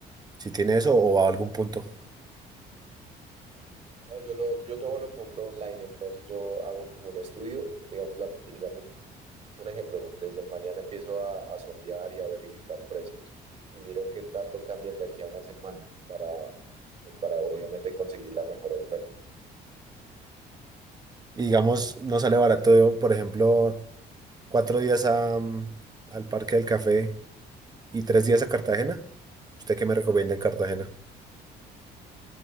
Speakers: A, on the right; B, on the right.
A: Si tiene eso o a algún punto.
B: No, yo lo, yo todo lo compro online, entonces yo hago como un estudio, digamos, la, digamos, un ejemplo, desde mañana empiezo a, a sondear y a verificar precios y miro qué tanto cambian de aquí a una semana para, pues para obviamente conseguir la mejor oferta.
A: Y digamos, no sale barato, por ejemplo. cuatro días a, mm, al Parque del Café y tres días a Cartagena. ¿Usted qué me recomienda en Cartagena?